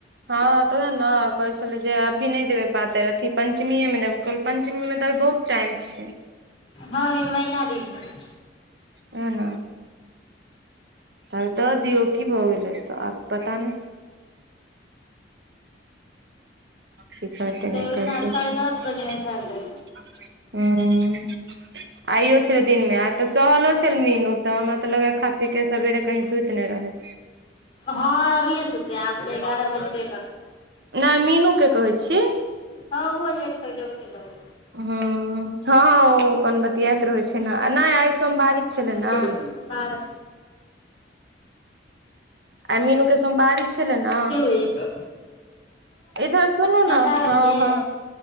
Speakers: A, on the right (about 65°); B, on the left (about 30°).
A: हां तै उहय नै कहय छलय जे अभी नै देबय पातर अथी पंचमिए मे देबय कहलियै पैंचमी में तऽ अभी बहुत टाइम छै।
B: हां ई महिना दिन हय।
A: उहै नै। तामे दऽ दियौ की भऽ गेलय तऽ आब पता नै की करतै
B: तऽ
A: नै
B: ओहि
A: करतै
B: दिना साढ़े
A: फेर
B: दस बजेमे भेल रहै
A: हूं। आइयो छलय दिनमे आय तऽ सहलो छल मीनू तऽ हमरा तऽ लगय यै खा पीक के सबेरे कहीं सुईत नै रहय।
B: हां अभिए सुतबै आब तै एगारा बजबे करतय
A: नै मीनू के कहय छी।
B: हां उहो लेट तक जगले रहय
A: हँ हँ ओ अपन बतियाइत रहै छै ने नहि आइ सोमवारी छलै ने
B: छै। <unintelligible> बारा
A: आय मीनू के सोमवारी छलय न
B: वही तै।
A: इधर सुनू नै
B: सावन
A: हां-हां।
B: के